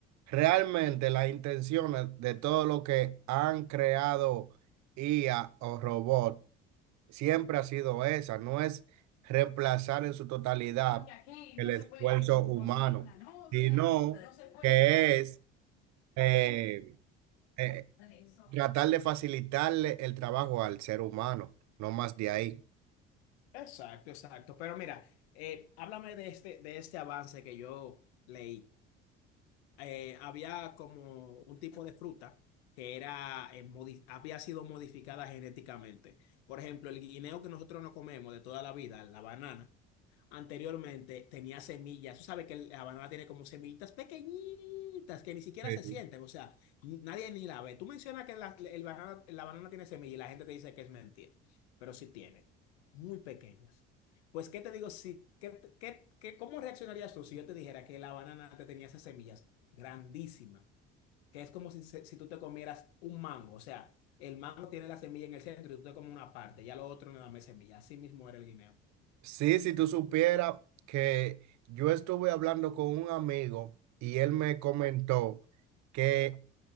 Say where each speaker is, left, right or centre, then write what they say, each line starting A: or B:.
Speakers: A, on the right; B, on the left.
A: realmente las intenciones de todo lo que han creado IA o robot siempre ha sido esa, no es reemplazar en su totalidad
B: Sino que aquí
A: el
B: no
A: esfuerzo
B: se puede
A: humano,
B: conseguir una novia,
A: sino
B: no se puede
A: que es eh, eh,
B: eso.
A: tratar de facilitarle el trabajo al ser humano, no más de ahí.
B: Exacto, exacto. Pero mira, eh, háblame de este, de este avance que yo leí. Eh, había como un tipo de fruta que era, eh, modi- había sido modificada genéticamente. Por ejemplo, el guineo que nosotros no comemos de toda la vida, la banana anteriormente tenía semillas. Tú sabes que la banana tiene como semillitas pequeñitas que ni siquiera
A: Sí.
B: se sienten, o sea, ni- nadie ni la ve. Tú mencionas que la, el banana, la banana tiene semillas y la gente te dice que es mentira, pero sí tiene, muy pequeñas. Pues, ¿qué te digo? Si, ¿qué, qué, qué- cómo reaccionarías tú si yo te dijera que la banana te tenía esas semillas grandísimas? Que es como si, se- si tú te comieras un mango, o sea, el mango tiene la semilla en el centro y tú te comes una parte, ya lo otro no da más semilla. Así mismo era el guineo.
A: Sí, si tú supieras que yo estuve hablando con un amigo y él me comentó que